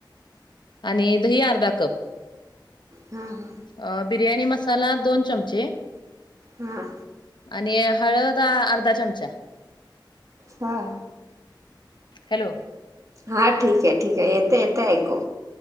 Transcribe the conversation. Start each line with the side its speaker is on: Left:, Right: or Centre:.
Left: आणि दही अर्धा कप
Right: हां हां
Left: अ बिर्याणी मसाला दोन चमचे
Right: हां
Left: आणि हळद आ आर्धा चमचा
Right: हां
Left: हॅलो
Right: हा ठीकय ठीकय येत येत ऐकू